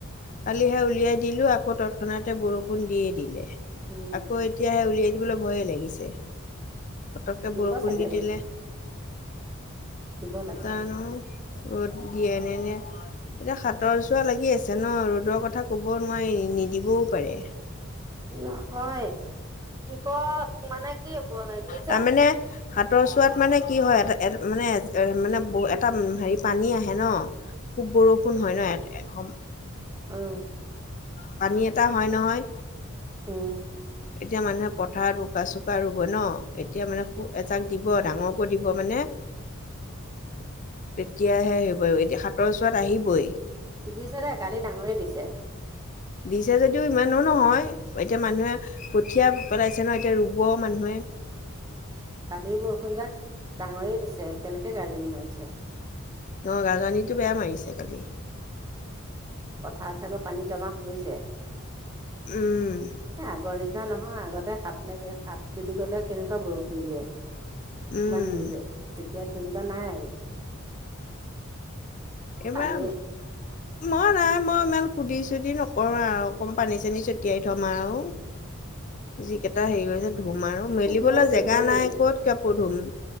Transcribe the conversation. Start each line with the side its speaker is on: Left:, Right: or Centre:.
Left: কালিহে উলিয়াই দিলো আ আকৌ তৎক্ষণাতে বৰষুণ দিয়ে দিলে
Right: উম
Left: আকৌ এতিয়াাহে উলিয়াই দিবলৈ ভয়ে লাগিছে পতককৈ
Right: দিব
Left: বৰষুণ
Right: চাগে
Left: দি
Right: ৰ'দ
Left: দিলে
Right: দিব লাগে
Left: তানো ৰ'দ দিয়েনে ন এতিয়া হাতৰ চোৱা লাগি আছে ন ৰ'দৰ কথা কব নোৱাৰি নিদিবও পাৰে
Right: নহয় দিব মানে কি ব- হেৰি যে
Left: তাৰমানে হাতৰ চোৱাত মানে কি হয় এটা এ মানে এ মানে ব এটা হেৰি পানী আহে ন খুব বৰষুণ হয় ন ইয়
Right: অ
Left: পানী এটা হয় নহয়
Right: উম
Left: এতিয়া মানুহে পথাৰত বোকা চোকা ৰুব ন এতিয়া মানেু এজাক দিব দিব ডাঙৰকৈ দিব মানে তেতিয়াহে হ বাৰু এতিয়া সাতৰ চোৱাত আহিবই
Right: দিছে দেেই কালি ডাঙৰে দিছে
Left: দিছে যদিও ইমানো নহয় এতিয়া মানুহে কঠীয়া পেলাইছে ন এতিয়া ৰুব মানুহে
Right: কালি বৰষুণ জাক ডাঙৰেই দিছে কেনেকে গাৰ্জনী মাৰিছে
Left: ন গাজনীটো বেয়া মাৰিছে খালি
Right: পথাৰ চাকো পানী জমা হৈছে স
Left: উম
Right: আগৰ নিি নিচিনা নহয় আগতে হাত লাগে হাত বুলি ক'লে কেনেকুৱা বৰষুণ দিয়ে ইমান
Left: উম
Right: হেৰিয়ে তেতিয়া তেনেকুৱা নাই আৰু মই
Left: এইবাৰ
Right: পানী
Left: মই নে মই ইমান সুধি চুধি নকৰো আৰু অকমান পানী চানী ছটিয়াই থম আৰু যিিকেইটা হেৰিছে ধুম আৰু মেলিবলৈ
Right: ময়ো তেনেকুৱাই
Left: জেগা নাই
Right: কৰিম
Left: ক'ত কাপোৰ ধুম